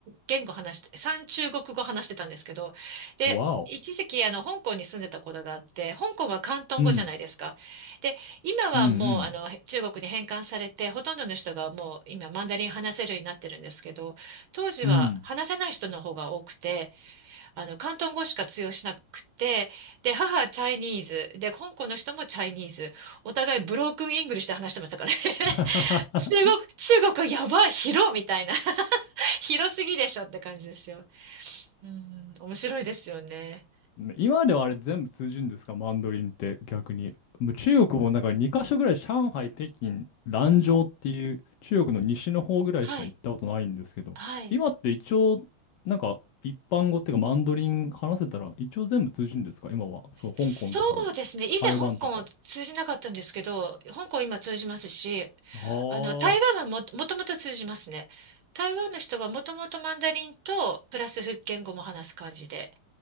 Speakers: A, on the right; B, on the left.
A: 言語話して、3中国語話してたんですけど、で、
B: わお。
A: 一時期あの香港に住んでたことがあって、香港は広東語じゃないですか。
B: うん、
A: で、今はもうあの中国に返還されて、
B: うん、
A: ほとんどの人がもう今マンダリン話せるようになってるんですけど、当時は話せない人の方が多くて、
B: うん、うん。
A: あの広東語しか通用しなくて、で、母はチャイニーズ、で、香港の人もチャイニーズ、お互いブロークンイングリッシュで話してましたからね。
B: <laughs>
A: 中国、中国やばい、広みたいな。<laughs> 広すぎでしょって感じですよ。うん、面白いですよね。
B: 今ではあれ全部通じるんですか、マンドリンって逆に。もう中国もなんか2カ所ぐらい上海、北京、蘭州っていう中国の西の方ぐらいしか行ったことないんですけど、
A: はい、はい。
B: 今って一応なんか一般語っていうかマンドリン話せたら一応全部通じるんですか、今は。そう、香港とかも、
A: そうですね。以前香港を通じなかったんですけど、
B: 台湾とか。
A: 香港今通じますし、
B: ああ。
A: あの、台湾はも、もともと通じますね。台湾の人はもともとマンダリンと、プラス福建語も話す感じで。